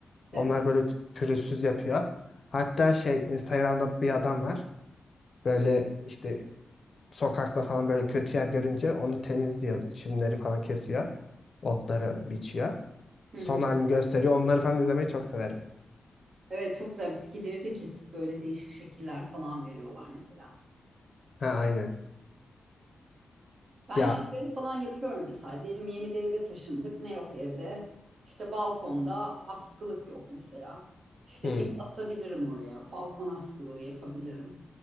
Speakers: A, on the right; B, on the left.
A: evet.
B: Onlar böyle pürüzsüz yapıyor. Hatta şey Instagram'da bir adam var. Böyle işte sokakta falan böyle kötü yer görünce onu temizliyor. Çimleri falan kesiyor. Otları biçiyor.
A: Hı
B: Son
A: hı.
B: halini gösteriyor. Onları falan izlemeyi çok severim.
A: Evet, çok güzel bitkileri de kesip böyle değişik şekiller falan veriyorlar mesela.
B: Ha aynı.
A: Ben
B: Ya.
A: şeyleri falan yapıyorum mesela. Diyelim yeni bir eve taşındık. Ne yok evde? İşte balkonda askılık yok mesela. İşte
B: Hmm.
A: ip asabilirim oraya. Balkon askılığı yapabilirim.